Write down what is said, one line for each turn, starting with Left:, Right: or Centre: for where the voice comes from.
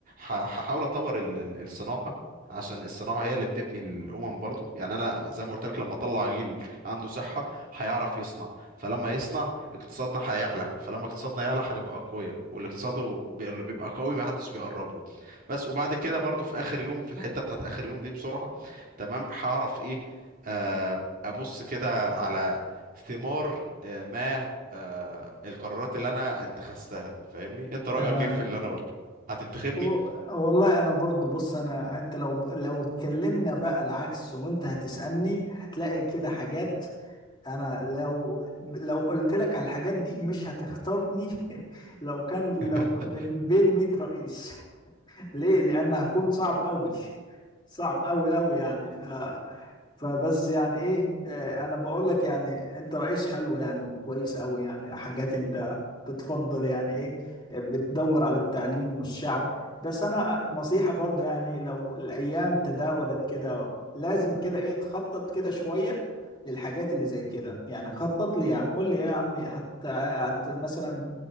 Right: ه- هحاول اطور ال- ال- الصناعه عشان الصناعه هي اللي بتبني الامم برضو يعني انا زي ما قلت لك لما اطلع جيل عنده صحه هيعرف يصنع فلما يصنع اقتصادنا هيعلى فلما اقتصادنا يعلى هنبقى اقوياء والاقتصاد بي- اللي بيبقى قوي ما حدش بيقرب له بس وبعد كده برضو في اخر يوم في الحته بتاعت اخر يوم دي بسرعه تمام هعرف ايه آه، ابص كده على ثمار آه، ما آه، القرارات اللي انا اتخذتها فاهمني انت رأيك
Left: تمام
Right: ايه في اللي انا قلته هتنتخبني
Left: و- والله انا برضو بص انا انت لو لو اتكلمنا بقى العكس وانت هتسألني هتلاقي كده حاجات انا لو لو قلت لك على الحاجات دي مش هتختارني <laughs> لو كان
Right: <laughs>
Left: لو من بين 100 رئيس <laughs> ليه لان هكون صعب قوي صعب قوي قوي يعني فبس يعني ايه آه، انا بقول لك يعني انت رئيس حلو يعني وكويس قوي يعني حاجات انت بتفضل يعني ايه بتدور على التعليم والشعب بس انا نصيحة برضو يعني لو الايام تداولت كده لازم كده ايه تخطط كده شوية للحاجات اللي زي كده يعني خطط لي يا عم قول لي ايه يا عمي حتى هت مثلا